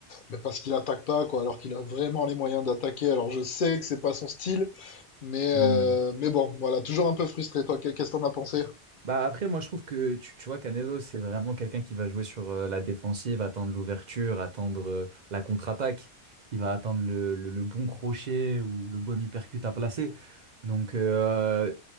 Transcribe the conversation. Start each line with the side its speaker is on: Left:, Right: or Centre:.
Left: ben, parce qu'il attaque pas quoi, alors qu'il a vraiment les moyens d'attaquer. Alors je sais que c'est pas son style, mais
Right: Hmm.
Left: euh, mais bon, voilà, toujours un peu frustré. Toi, qu'est- qu'est-ce que t'en as pensé?
Right: Bah après, moi je trouve que tu, tu vois, Canelo, c'est vraiment quelqu'un qui va jouer sur euh, la défensive, attendre l'ouverture, attendre euh, la contre-attaque, qui va attendre le, le- le bon crochet ou le bon uppercut à placer. Donc euh,